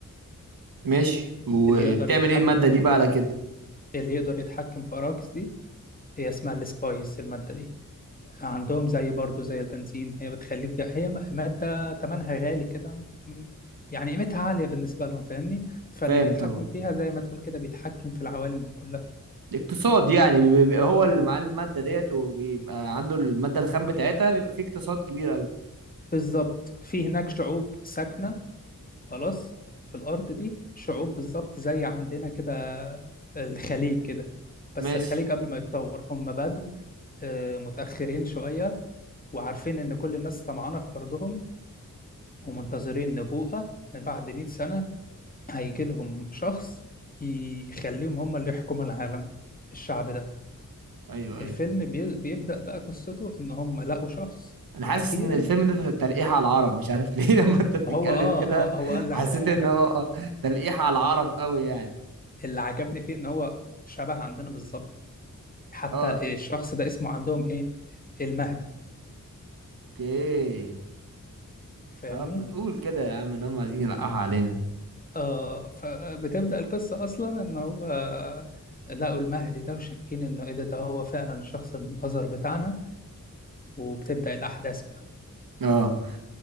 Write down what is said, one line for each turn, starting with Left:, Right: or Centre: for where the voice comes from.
Right: ماشي وبتعمل
Left: اللي يقدر يتحكم
Right: ايه الماده
Left: في
Right: دي بقى على كده
Left: اللي يقدر يتحكم في أراكس دي هي اسمها السبايس المادة دي عندهم زي برضو زي البنزين هي بتخليك هي م- مادة تمنها غالي كده م- يعني قيمتها عالية بالنسبة لهم فاهمني فاللي
Right: فاهم
Left: بيتحكم
Right: طبعا
Left: فيها زي ما تقول كده بيتحكم في العوالم دي كلها
Right: اقتصاد يعني بيبقى بيبقى هو اللي معاه الماده ديت وبيبقى عنده الماده الخام بتاعتها بيبقى فيه اقتصاد كبير قوي
Left: بالظبط في هناك شعوب ساكنة خلاص في الأرض دي شعوب بالظبط زي عندنا كده الخليج كده بس
Right: ماشي
Left: الخليج قبل ما يتطور هم بدوا آه، متأخرين شوية وعارفين إن كل الناس طمعانة في أرضهم ومنتظرين نبوءة بعد 100 سنة هيجي لهم شخص يخليهم هم اللي يحكموا العالم الشعب ده
Right: ايوه ايوه
Left: الفيلم بي- بيبدأ بقى قصته ان هم لقوا شخص
Right: انا حاسس
Left: اخيرا
Right: ان الفيلم ده تلقيح على العرب مش عارف ليه <laughs> لما انت بتتكلم
Left: هو اه
Right: كده
Left: آه، هو قال
Right: حسيت
Left: اللي عجبني
Right: ان هو تلقيح على العرب قوي يعني
Left: اللي عجبني فيه ان هو شبه عندنا بالظبط حتى
Right: اه
Left: الشخص ده اسمه عندهم ايه المهدي
Right: اوكي
Left: فاهمني
Right: طب ما تقول كده يا عم ان هم عايزين يلقحوا علينا
Left: اه فبتبدأ القصة اصلا ان هو لقوا المهدي ده وشاكين انه ايه ده ده هو فعلا الشخص المنتظر بتاعنا وبتبدأ الاحداث بقى
Right: اه